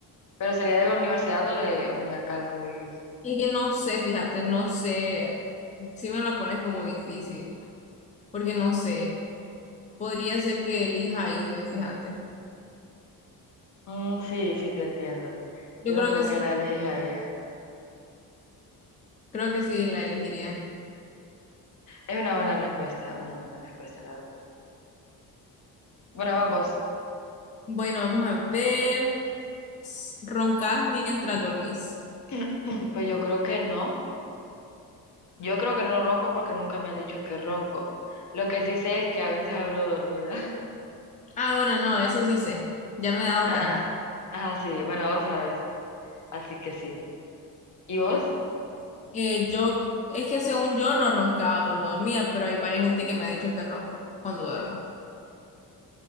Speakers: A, on the left (about 50°); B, on the left (about 20°).
A: ¿Pero sería de la universidad o de, o de acá de donde vivís?
B: es que no sé, fíjate, no sé, si me la pones como difícil, porque no sé, podría ser que elija Ibe, fíjate,
A: Mm, sí, sí, te entiendo. Entiendo
B: yo creo
A: por
B: que sí,
A: qué la elegís a ella.
B: creo que sí la elegiría.
A: Es una buena respuesta, una buena respuesta, la verdad. Bueno, vamos.
B: Bueno, vamos a ver, S- roncas mientras dormís.
A: <clears throat> Pues yo creo que no. Yo creo que no ronco porque nunca me han dicho que ronco. Lo que sí sé es que a veces hablo dormida.
B: Ah, bueno, no, eso sí sé, ya me he dado
A: Ah,
B: cuenta.
A: ah, sí, bueno, vos sabes, así que sí. ¿Y vos?
B: Eh, yo, es que según yo no roncaba cuando dormía, pero hay varias gente que me ha dicho que ronco cuando duermo.